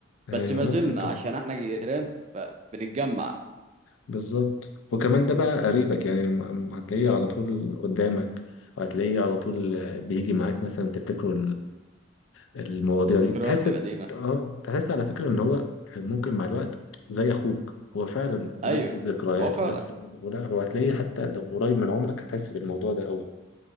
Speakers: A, on the left (about 75°); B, on the right (about 35°).
A: ايوه
B: بس ما
A: نفس
B: زلنا
A: الكلام
B: عشان احنا جيران فبنتجمع
A: بالظبط وكمان ده بقى قريبك يعني م- م- هتلاقيه على طول قدامك وهتلاقيه على طول بيجي معاك مثلا تفتكروا المواضيع
B: الذكريات
A: دي تحس
B: القديمة
A: اه تحس على فكرة ان هو ممكن مع الوقت زي اخوك هو فعلا نفس
B: ايوه
A: الذكريات
B: هو فعلا
A: ونفس ولا وهتلاقيه حتى لو قريب من عمرك هتحس بالموضوع ده قوي